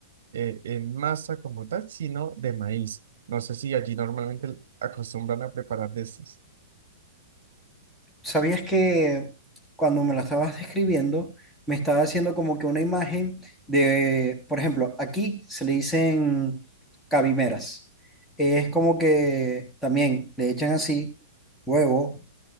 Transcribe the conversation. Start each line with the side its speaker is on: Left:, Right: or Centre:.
Right: eh, en masa como tal, sino de maíz. No sé si allí normalmente acostumbran a preparar de estas.
Centre: ¿Sabías que cuando me la estabas describiendo, me estaba haciendo como que una imagen de, por ejemplo, aquí se le dicen cabimeras. Es como que también le echan así huevo,